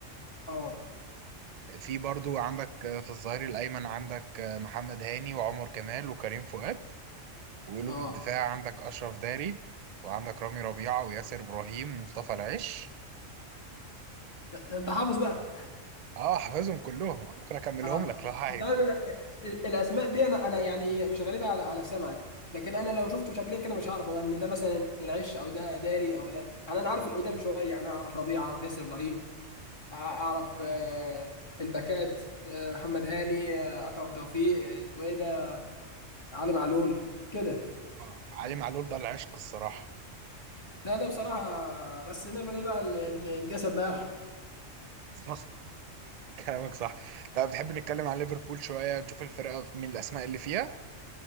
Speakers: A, on the left; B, on the right.
A: اه
B: في برضو عندك في الظهير الأيمن عندك محمد هاني وعمر كمال وكريم فؤاد وقلوب
A: اه
B: الدفاع عندك أشرف داري وعندك رامي ربيعة وياسر إبراهيم ومصطفى العش
A: ده, ده انت حافظ بقى
B: لا، اه حافظهم كلهم أنا ممكن أكملهم
A: اه
B: لك لو عايز
A: انت عارف ال- ال- الاسماء دي انا انا يعني مش غريبه على على سمعي لكن انا لو شفته شكلين كده مش هعرف هو ان ده مثلا العش او ده داري او ده يعني انا عارف القدام شويه انا اعرف ربيع اعرف ياسر ابراهيم أع- اعرف آه، الباكات آه، محمد هاني آه، اكرم توفيق آه، اسمه ايه ده علي معلول كده
B: آه علي معلول ده العشق الصراحة
A: لا ده بصراحه بس نعمل ايه بقى ال- ال- الجسد لا يرحم
B: <laughs> صح كلامك صح طب بتحب نتكلم عن ليفربول شوية نشوف الفرقة في مين الأسماء اللي فيها